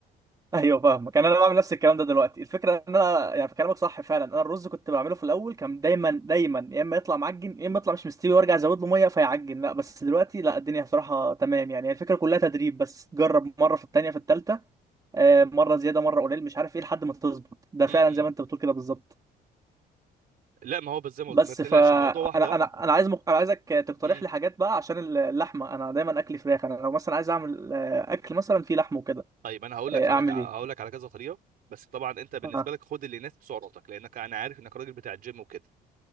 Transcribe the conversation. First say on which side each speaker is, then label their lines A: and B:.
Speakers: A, on the right; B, on the right.
A: ايوه فاهمك انا انا بعمل نفس الكلام ده دلوقتي الفكره ان انا يعني في كلامك صح فعلا انا الرز كنت بعمله في الاول كان دايما دايما يا اما يطلع معجن يا اما يطلع مش مستوي وارجع ازود له ميه فيعجن لا بس دلوقتي لا الدنيا بصراحه تمام يعني هي الفكره كلها تدريب بس جرب مره في التانيه في التالته آه، مره زياده مره قليل مش عارف ايه لحد ما تظبط ده
B: امم
A: فعلا زي ما انت بتقول كده بالظبط
B: لا ما هو بس زي ما
A: بس
B: قلت- ما تقلقش
A: فانا
B: الموضوع واحده
A: انا
B: واحده
A: انا أنا عايز مق... انا عايزك تقترح
B: امم
A: لي حاجات بقى عشان اللحمه انا دايما اكل فراخ انا لو مثلا عايز اعمل آه، اكل مثلا فيه لحم وكده
B: طيب انا هقول
A: آه،
B: لك
A: اعمل
B: على ك- هقول
A: ايه
B: لك على كذا طريقه بس طبعا انت بالنسبه
A: اه
B: لك خد اللي يناسب سعراتك لانك انا عارف انك راجل بتاع الجيم وكده